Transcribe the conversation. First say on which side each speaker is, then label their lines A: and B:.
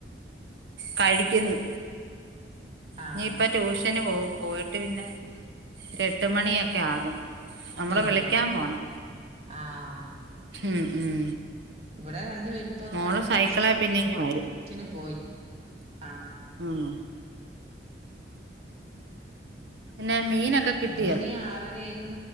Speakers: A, on the right (about 75°); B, on the right (about 35°).
A: കഴിക്കുന്ന്
B: ആഹ്
A: ഇനി ഇപ്പ ട്യൂഷന് പോവും പോയിട്ട് പിന്നെ ഒരു എട്ട് മണിയൊക്കെ ആകും നമ്മള്
B: വരുമ്പോ
A: വിളിക്കാൻ പോണം
B: ആഹ്
A: ഉം ഉം
B: ഇവിടെ രണ്ട് വേരുപ്പ അത്
A: മോള്
B: കണ്ട ട്യൂഷ്
A: സൈക്കിളെ പിന്നെ ഇങ്ങ് വരും
B: ഷന് പോയി ആ
A: ആണോ പിന്നെ മീനൊക്കെ കിട്ടിയോ
B: ഒടനി ഇനി ആറെര ഏഴ്മ